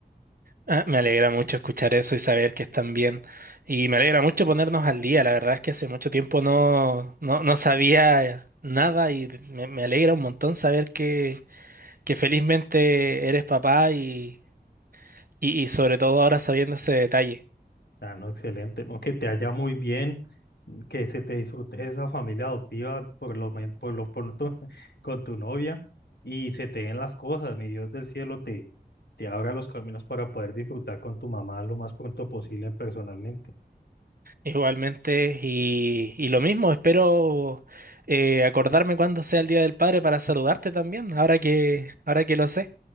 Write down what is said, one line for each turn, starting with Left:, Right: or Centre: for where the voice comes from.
Right: Ah, me alegra mucho escuchar eso y saber que están bien. Y me alegra mucho ponernos al día. La verdad es que hace mucho tiempo no, no, no sabía nada y me, me alegra un montón saber que, que felizmente eres papá y, y, y sobre todo ahora sabiendo ese detalle.
Left: Ah, no, excelente, ¿no? Que te haya muy bien, que se te disfrute esa familia adoptiva por lo, men- por lo pronto <laughs> con tu novia y se te den las cosas, mi Dios del cielo te, te abra los caminos para poder disfrutar con tu mamá lo más pronto posible personalmente.
Right: Igualmente, y, y lo mismo, espero eh, acordarme cuando sea el Día del Padre para saludarte también, ahora que, ahora que lo sé.